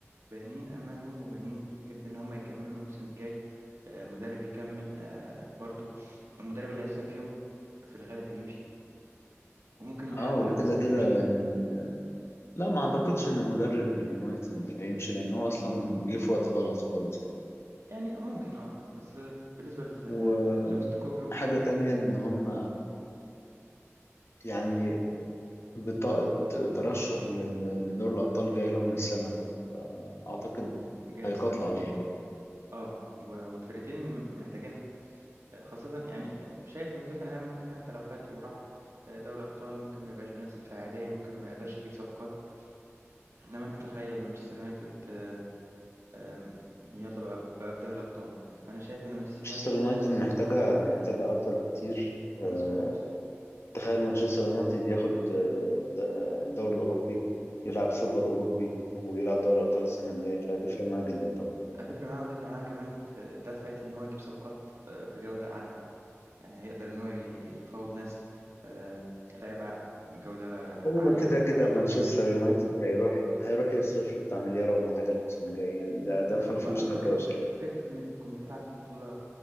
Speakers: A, on the right (about 65°); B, on the left (about 60°).
A: بانين أمالهم وبانين فكرة إن هم يكملوا الموسم الجاي آه، مدرب يكمل آه، برضو المدرب اللي هيخسر فيهم في الغالب هيمشي وممكن
B: <laughs>
A: حتى
B: اه وكده
A: لو كسب
B: كده
A: يمشي
B: يعني لا ما اعتقدش ان مدرب اليونايتد هيمشي لان هو اصلا جه في وقت غلط خالص يعني
A: يعني ممكن اه بس آه، بالنسبة ل-
B: وحاجة
A: لوستوكوغلو
B: تانية ان هم يعني بطاقة ترشح ل- ل- لدور الأبطال جاي لهم من السما كده فأعتقد
A: جاي
B: هيقاتلوا
A: من السما
B: عليها يعني.
A: اه و- والفرقتين محتاجينها خاصة يعني شايف ان توتنهام ممكن حتى لو خد وراح دوري ابطال ممكن ما يبقاش بنفس الفعالية ممكن ما يقدرش يجيب صفقات انما انت تخيل مانشستر يونايتد آه، آم، يلا بقى بقى في دوري الابطال فانا شايف ان مانشستر
B: مانشستر
A: يونايتد
B: يونايتد محتاجها محتاجها أكتر بكتير آه،
A: مظبوط
B: تخيل مانشستر يونايتد ياخد آه، د- آه، الدوري الأوروبي يلعب سوبر أوروبي ويلعب دوري أبطال السنة اللي جاية فهتفرق معاه جدا طبعا
A: هتفرق معاه وهتفرق معاه كمان في دفعة ان هو يجيب صفقات آه، بجودة عالية يعني هيقدر ان هو ي- يفاوض ناس آه، لاعيبة جودة
B: هو
A: عالية
B: كده كده
A: مش
B: مانشستر
A: جودة كويسة
B: يونايتد هيروح هيروح يصرف له بتاع مليار ولا حاجة الموسم الجاي يعني ده ده ما
A: برضه
B: فيهوش
A: فكرة
B: نقاش يعني
A: فكرة إنك تكون بتلعب في بطولة